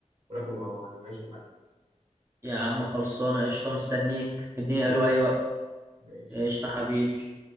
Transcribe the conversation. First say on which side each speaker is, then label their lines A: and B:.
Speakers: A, on the right; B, on the right.
A: وناكل مع بعض وعيش وملح
B: يا عم خلصانه قشطه مستنيك اديني
A: ماشي
B: الو اي وقت
A: ماشي
B: قشطه حبيبي